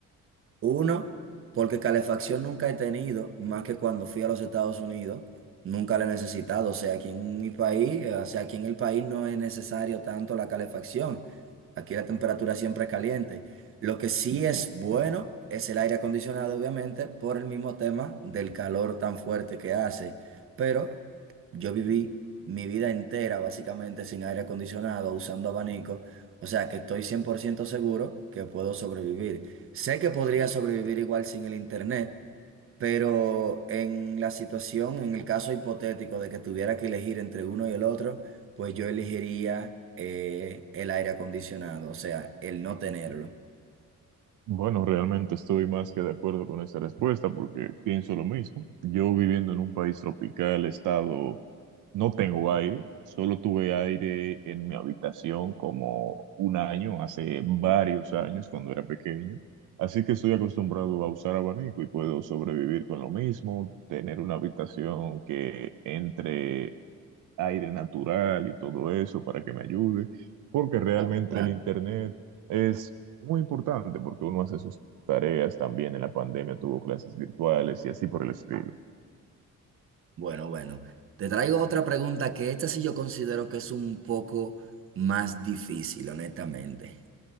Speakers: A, on the right; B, on the right.
A: Uno, porque calefacción nunca he tenido, más que cuando fui a los Estados Unidos, nunca la he necesitado. O sea, aquí en mi país, eh, o sea, aquí en el país no es necesario tanto la calefacción. Aquí la temperatura siempre es caliente. Lo que sí es bueno es el aire acondicionado, obviamente, por el mismo tema del calor tan fuerte que hace. Pero yo viví mi vida entera básicamente sin aire acondicionado, usando abanico. O sea, que estoy 100% seguro que puedo sobrevivir. Sé que podría sobrevivir igual sin el internet, pero en la situación, en el caso hipotético de que tuviera que elegir entre uno y el otro, pues yo elegiría eh, el aire acondicionado, o sea, el no tenerlo.
B: Bueno, realmente estoy más que de acuerdo con esa respuesta porque pienso lo mismo. Yo viviendo en un país tropical, estado, no tengo aire, solo tuve aire en mi habitación como un año, hace varios años cuando era pequeño. Así que estoy acostumbrado a usar abanico y puedo sobrevivir con lo mismo, tener una habitación que entre aire natural y todo eso para que me ayude, porque realmente
A: Claro, claro.
B: el internet es muy importante porque uno hace sus tareas también en la pandemia, tuvo clases virtuales y así por el estilo.
A: Bueno, bueno. Te traigo otra pregunta que esta sí yo considero que es un poco más difícil, honestamente.